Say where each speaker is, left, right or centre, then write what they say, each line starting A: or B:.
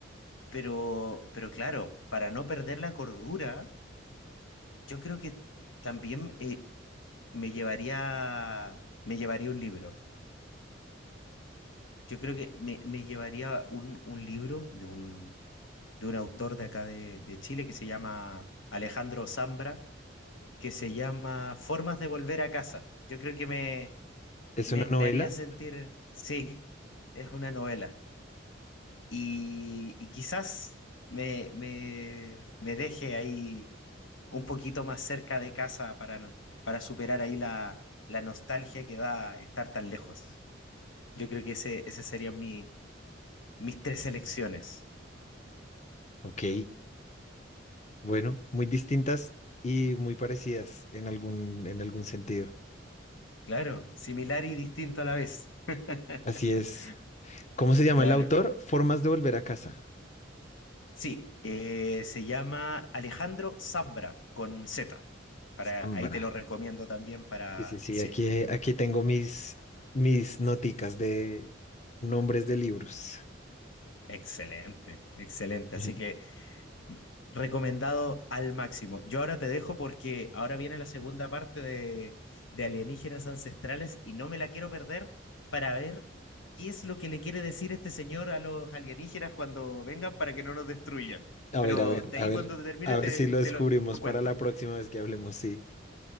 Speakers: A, on the left; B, on the left.
A: Pero, pero claro, para no perder la cordura, yo creo que también eh, me llevaría, me llevaría un libro. Yo creo que me, me llevaría un, un libro de un de un autor de acá de, de Chile que se llama Alejandro Zambra, que se llama Formas de volver a casa. Yo creo que me,
B: Es
A: me,
B: una novela.
A: me haría sentir, sí, es una novela. Y, y quizás me, me, me deje ahí un poquito más cerca de casa para, no- para superar ahí la, la nostalgia que da estar tan lejos. Yo creo que ese, ese serían mi, mis tres elecciones.
B: Ok. Bueno, muy distintas y muy parecidas en algún, en algún sentido.
A: Claro, similar y distinto a la vez. <laughs>
B: Así es. ¿Cómo se llama
A: Claro.
B: el autor? Formas de volver a casa.
A: Sí, eh, se llama Alejandro Zambra con Z. Para,
B: Sambra.
A: ahí te lo recomiendo también para...
B: Sí, sí, sí,
A: Sí,
B: aquí,
A: es un
B: aquí tengo mis, mis noticas de nombres de libros.
A: excelente, excelente.
B: <laughs>
A: Así que mm, recomendado al máximo. Yo ahora te dejo porque ahora viene la segunda parte de, de Alienígenas Ancestrales y no me la quiero perder para ver qué es lo que le quiere decir este señor a los alienígenas cuando vengan para que no nos destruyan.
B: A
A: Pero
B: ver, a ver,
A: de
B: a
A: ahí
B: ver,
A: cuando te termine
B: a
A: te,
B: ver si lo
A: te
B: descubrimos
A: lo cuento.
B: para la próxima vez que hablemos, sí.